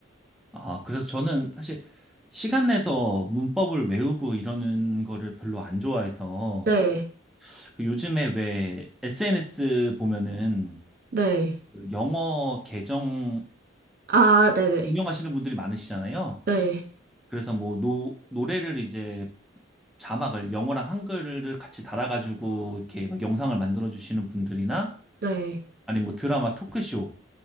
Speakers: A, in the centre; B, on the right.
A: 아, 그래서 저는 사실 시간 내서 문법을 외우고 이러는 거를 별로 안 좋아해서
B: 네,
A: 그 요즘에 왜 SNS 보면은
B: 네.
A: 그 영어 계정
B: 아, 네네.
A: 운영하시는 분들이 많으시잖아요.
B: 네,
A: 그래서 뭐 노, 노래를 이제 자막을 영어랑 한글을 같이 달아가지고 이렇게 막 영상을 만들어 주시는 분들이나
B: 네.
A: 아니면 뭐 드라마 토크쇼